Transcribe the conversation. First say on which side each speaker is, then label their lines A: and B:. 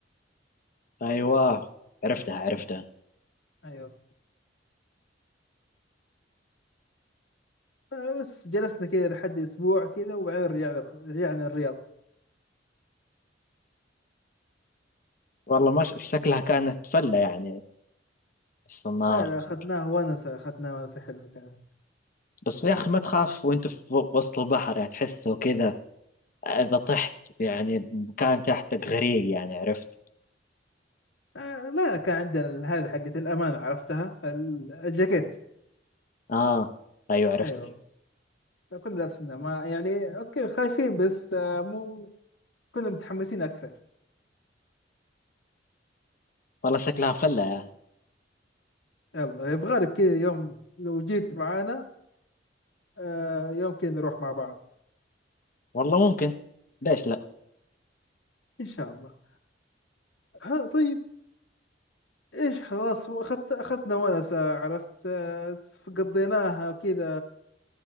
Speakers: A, on the left; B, on the left.
A: ايوه عرفتها عرفتها
B: أيوه آه، بس جلسنا كذا لحد أسبوع كذا وبعدين رجعنا رجعنا الرياض
A: والله ما ش- شكلها كانت فلة يعني السنارة
B: لا لا أخذناها
A: زي كده.
B: ونسة أخذناها ونسة حلوة كانت
A: بس يا أخي ما تخاف وأنت في و- وسط البحر يعني تحسه كذا إذا طحت يعني المكان تحتك غريق يعني عرفت
B: آه لا كان عندنا هذه حقت الأمانة عرفتها ال- الجاكيت
A: آه أيوة عرفت
B: أيوه ايوه كنا لابسينها ما يعني أوكي خايفين بس آه مو كنا متحمسين أكثر
A: والله شكلها فلة يا أخي
B: يلا يبغى لك كذا يوم لو جيت معانا آه يوم كذا نروح مع بعض
A: والله ممكن ليش لا
B: إن شاء الله ها طيب إيش خلاص وأخذت أخذنا ونسة عرفت آه قضيناها كذا